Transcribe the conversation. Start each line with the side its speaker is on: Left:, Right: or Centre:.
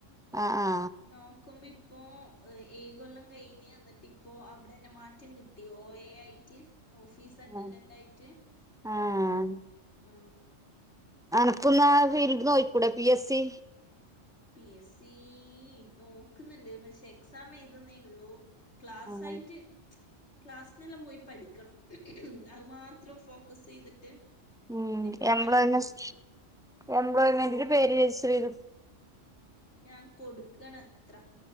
Centre: ആഹ്
Left: നോക്കുമ്പ ഇപ് ഇപ്പോ ഏഴ് കൊല്ലം കഴിഞ്ഞ് എന്നിട്ട് ഇപ്പോ അവിടെ ന്നെ മാറ്റം കിട്ടി ഓയെ ആയിട്ട് ഓഫീസ് അറ്റൻഡന്റ
Centre: ആഹ്
Left: ആയിട്ട്
Centre: ആഹ്
Left: ആ
Centre: അനക്കൊന്ന് ആ ഫീൽഡ് നോയിക്കൂടെ P S C
Left: P S C നോക്കുന്ന്ണ്ട് പക്ഷേ എക്സാം എഴുതുന്നേ ഉള്ളു. ക്ലാസ്സ്
Centre: ഉം
Left: ആയിട്ട് ക്ലാസിനെല്ലാം പോയി പഠിക്കണം അത് മാത്രം ഫോ ഫോക്കസ് ചെയ്തിട്ട്
Centre: ഉ
Left: ഇതിപ്പോ
Centre: എംപ്ലോയ്മെന്
Left: പണിക്ക് പോക്കും
Centre: എംപ്ലോയ്മെന്റിന്റെ പേര് സ് <inaudible>
Left: ഞാൻ കൊടുക്കണ അത്ര